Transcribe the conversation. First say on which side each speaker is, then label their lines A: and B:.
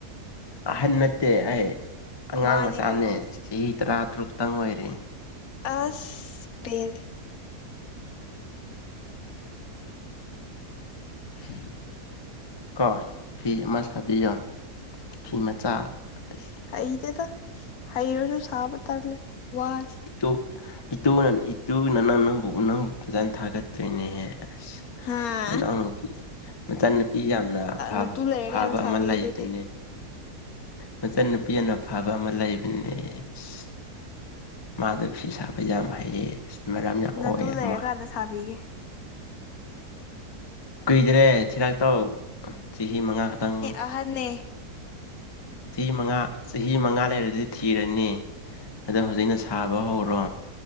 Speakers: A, on the left (about 35°); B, on the left (about 70°).
A: ꯑꯍꯟ ꯅꯠꯇꯦ ꯑꯩ ꯑꯉꯥꯡ
B: ꯃꯥꯅꯦ
A: ꯃꯆꯥꯅꯦ
B: ꯀꯩꯅꯣ
A: ꯆꯍꯤ ꯇꯔꯥ ꯇꯔꯨꯛꯇꯪ ꯑꯣꯏꯔꯦ
B: ꯑꯁ ꯄꯦꯜꯂꯦ inaudible
A: ꯀꯣ ꯐꯤ ꯑꯃ ꯁꯥꯕꯤꯌꯣ ꯐꯤ ꯃꯆꯥ ꯑꯁ
B: ꯍꯩꯇꯦꯗ ꯍꯩꯔꯁꯨ ꯁꯥꯕ ꯇꯂ ꯋꯥ
A: ꯏꯇꯨ-ꯏꯇꯨꯅ-ꯍꯇꯨꯅ ꯅꯪꯕꯨ-ꯅꯪꯕꯨ ꯐꯖꯅ ꯊꯥꯒꯠꯇꯔꯦꯅꯦꯍꯦ ꯑ꯭ꯁ
B: ꯍꯥꯥ
A: ꯃꯅꯥꯎꯅꯨꯄꯤ ꯃꯆꯥꯟꯅꯨꯄꯤ ꯌꯥꯝꯅꯕ ꯐꯥꯕ-ꯐꯥꯕ
B: ꯅꯥꯇꯨ ꯂꯩꯔꯀꯥꯟꯗ ꯁꯥꯕꯤꯒꯦ
A: ꯑꯃ ꯂꯩꯕꯅꯦ
B: ꯑꯗꯨꯗꯤ
A: ꯃꯆꯟꯅꯨꯄꯤ ꯑꯅ ꯐꯥꯕ ꯑꯃ ꯂꯩꯕꯅꯦ ꯑꯦ ꯁꯤ ꯃꯥꯗꯣ ꯐꯤ ꯁꯥꯕ ꯌꯥꯝ ꯍꯩꯌꯦ ꯁ ꯃꯔꯝ ꯌꯥꯝ
B: ꯅꯇꯨ
A: ꯃꫭꯛꯑ
B: ꯂꯩꯔꯀꯥꯟꯗ
A: ꯑꯃ
B: ꯁꯥꯕꯤꯒꯦ
A: ꯀꯨꯏꯗꯔꯦ ꯊꯤꯔꯛꯇꯧ ꯆꯍꯤ ꯃꯉꯥ ꯈꯇꯪ
B: ꯑꯍꯅꯦ
A: ꯆꯍꯤ ꯃꯉꯥ ꯆꯍꯤ ꯆꯍꯤ ꯃꯉꯥ ꯂꯩꯔꯗꯤ ꯊꯤꯔꯅꯤ ꯑꯗꯣ ꯍꯧꯖꯤꯛꯅ ꯁꯥꯕ ꯍꯧꯔꯣ